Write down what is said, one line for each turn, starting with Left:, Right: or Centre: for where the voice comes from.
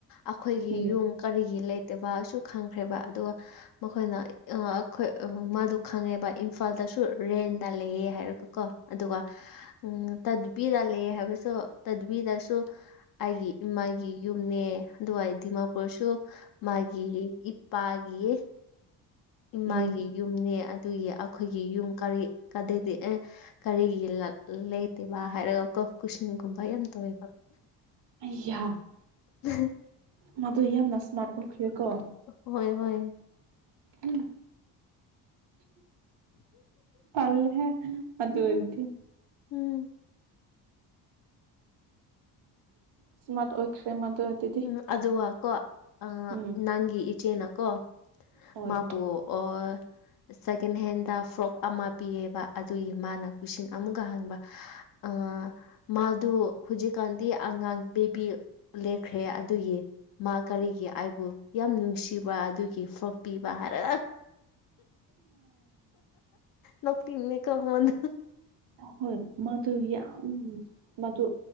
Left: ꯑꯩꯈꯣꯏꯒꯤ
Right: ꯎꯝ
Left: ꯌꯨꯝ ꯀꯔꯤꯒꯤ ꯂꯩꯇꯦꯕꯁꯨ ꯈꯪꯈ꯭ꯔꯦꯕ ꯑꯗꯨꯒ ꯃꯈꯣꯏꯅ ꯑꯩꯈꯣꯏ ꯃꯥꯗꯨ ꯈꯪꯉꯦꯕ ꯏꯝꯐꯥꯜꯗꯁꯨ ꯔꯦꯟꯗ ꯂꯩꯑ ꯍꯥꯏꯔꯒ ꯀꯣ ꯑꯗꯨꯒ ꯎꯝ ꯇꯗꯨꯄꯤꯗ ꯂꯩ ꯍꯥꯏꯕꯁꯨ ꯇꯗꯨꯕꯤꯗꯁꯨ ꯑꯩꯒꯤ ꯏꯃꯥꯒꯤ ꯌꯨꯝꯅꯦ ꯑꯗꯨꯋꯥꯏ ꯗꯤꯃꯥꯄꯨꯔꯁꯨ ꯃꯥꯒꯤ ꯏꯄꯥꯒꯤ ꯏꯃꯥꯒꯤ
Right: ꯌꯨꯝ
Left: ꯌꯨꯝꯅꯦ ꯑꯗꯨꯒꯤ ꯑꯩꯈꯣꯏꯒꯤ ꯌꯨꯝ ꯀꯔꯤ ꯀꯗꯩꯗꯤ ꯑꯦ ꯀꯔꯤꯒꯤ ꯂꯩꯇꯦꯕ ꯍꯥꯏꯔꯒ ꯀ ꯀꯨꯁꯟꯒꯨꯝꯕ ꯌꯥꯝ ꯇꯧꯋꯦꯕ
Right: ꯑꯩꯌꯥ
Left: ꯎꯝ
Right: ꯃꯥꯗꯨ ꯌꯥꯝꯅ ꯏꯁꯃꯥꯔꯠ ꯑꯣꯏꯈ꯭ꯔꯦ ꯀꯣ
Left: ꯍꯣꯏ ꯍꯣꯏ
Right: ꯎꯝ ꯄꯜꯂꯦꯍꯦ ꯑꯗꯨ
Left: ꯎꯝ
Right: ꯑꯗꯨ ꯑꯣꯏꯗꯤ
Left: ꯎꯝ
Right: ꯏꯁꯃꯥ ꯑꯣꯏꯈ꯭ꯔꯦ ꯃꯗꯨ ꯑꯗꯨꯗꯤ
Left: ꯎꯝ ꯑꯗꯨꯒ ꯀꯣ ꯑꯥ
Right: ꯎꯝ
Left: ꯅꯪꯒꯤ ꯏꯆꯦꯅꯀꯣ
Right: ꯍꯣꯏ
Left: ꯃꯥꯕꯨ ꯑꯣ ꯁꯦꯀꯦꯟ ꯍꯦꯟꯗ ꯐ꯭ꯔꯣꯛ ꯑꯃ ꯄꯤꯑꯦꯕ ꯑꯗꯨꯒꯤ ꯃꯥꯅ ꯀꯨꯏꯁꯟ ꯑꯃꯨꯛꯒ ꯍꯪꯕ ꯑ ꯃꯥꯗꯨ ꯍꯧꯖꯤꯛꯀꯥꯟꯗꯤ ꯑꯉꯥꯡ ꯕꯤꯕꯤ ꯂꯦ ꯈ꯭ꯔꯦ ꯑꯗꯨꯒꯤ ꯃꯥ ꯀꯔꯤꯒꯤ ꯑꯩꯕꯨ ꯌꯥꯝ ꯅꯨꯡꯁꯤꯕ ꯑꯗꯨꯒꯤ ꯐ꯭ꯔꯣꯛ ꯄꯤꯕ ꯍꯥꯏꯔ ꯂ ꯇ ꯏꯅꯦ ꯀꯃꯅ
Right: ꯍꯣꯏ ꯃꯥꯗꯨ ꯌꯥꯝ ꯃꯗꯨ